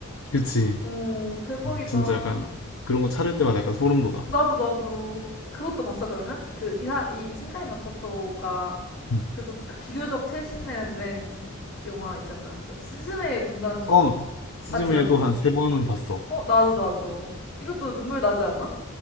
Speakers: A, on the left (about 80°); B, on the left (about 60°).
A: 그치.
B: 어, 대박이다.
A: 음, 진짜 약간 그런 거 찾을 때마다 약간 소름 돋아.
B: 나도, 나도. 그것도 봤어, 그러면? 그, 이사, 이 신카이 마코토가
A: 음.
B: 그래도 그 비교적 최신에 낸 영화 있잖아. 그 스즈메의 문단속.
A: 어, 스즈메도
B: 맞지, 맞지?
A: 한 세 번은 봤어.
B: 어, 나도, 나도. 이것도 눈물 나지 않아?